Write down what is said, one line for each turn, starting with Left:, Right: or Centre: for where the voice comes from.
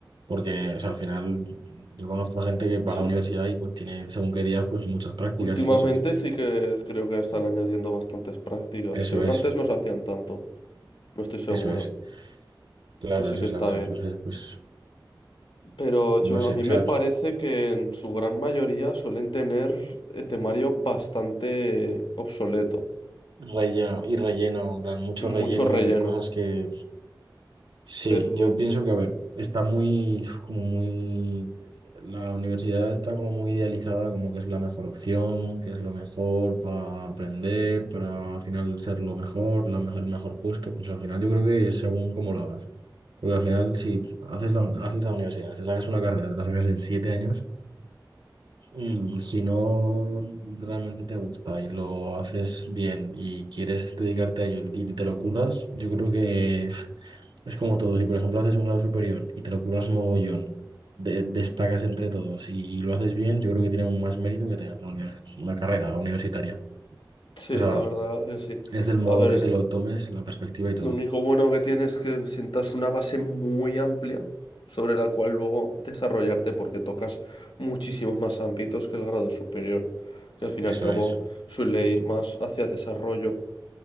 Right: Porque, o sea, al final, yo conozco a gente que va
Left: Sí,
Right: a la universidad y pues tiene, según qué días, pues muchas prácticas
Left: últimamente
Right: y cosas.
Left: sí que creo que están
Right: Sí.
Left: añadiendo bastantes prácticas.
Right: Eso
Left: Creo que
Right: es,
Left: antes no se hacían tanto. No estoy seguro.
Right: eso es. Claro,
Left: Eso sí
Right: eso
Left: que
Right: es
Left: está
Right: la cosa.
Left: bien.
Right: Entonces, pues,
Left: Pero
Right: no
Left: yo,
Right: sé,
Left: a mí
Right: o
Left: me
Right: sea,
Left: parece que en su gran mayoría suelen tener eh, temario bastante obsoleto
Right: relleno y relleno, en plan, mucho
Left: y mucho
Right: relleno
Left: relleno.
Right: de cosas que sí,
Left: Pero
Right: yo pienso que, a ver, está muy, como muy, la universidad está como muy idealizada, como que es la mejor opción, que es lo mejor para aprender, para al final ser lo mejor, la mejor, el mejor puesto, pues al final yo creo que es según cómo lo hagas. Porque al final, si haces la, haces la universidad, te sacas una carrera, te la sacas en siete años Y si no realmente te gusta y lo haces bien y quieres dedicarte a ello y te lo curras, yo creo que <laughs> pf, es como todo. Si por ejemplo haces un grado superior y te lo curras mogollón, de- destacas entre todos y lo haces bien, yo creo que tiene aún más mérito que tener una, uni- una carrera universitaria.
Left: sí,
Right: O sea,
Left: la verdad que sí.
Right: es del modo
Left: A ver,
Right: que
Left: es-
Right: te lo tomes, la perspectiva y
Left: lo
Right: todo.
Left: único bueno que tiene es que sientas una base muy amplia sobre la cual luego desarrollarte porque tocas muchísimos más ámbitos que el grado superior, que al fin
Right: Eso
Left: y al cabo
Right: es,
Left: suele ir más hacia desarrollo.